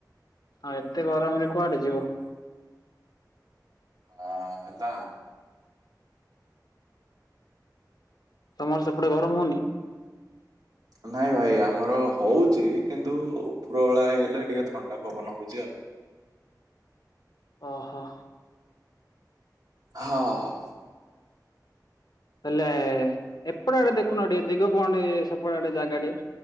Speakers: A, on the left; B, on the right.
A: ଆଉ ଏତେ ଗରମ ରେ କୁଆଡେ ଯିବ?
B: ହଁ ହେଲା।
A: ତମର ସେପଟେ ଗରମ ହଉନି?
B: ନାଇଁ ଭାଇ ଆମର ହଉଛି କିନ୍ତୁ ଉପର ବଳା ହେଇଗଲେ ଟିକେ ଥଣ୍ଡା ପବନ ହଉଛି ଆଉ।
A: ଓହୋ।
B: ହ ଅ।
A: ହେଲେ ଏପଟେ ଆଡେ ଦେଖୁନ ଟିକେ ଦିଗ ପହଣ୍ଡି ସେପଟେ ଆଡେ ଜାଗା ଟେ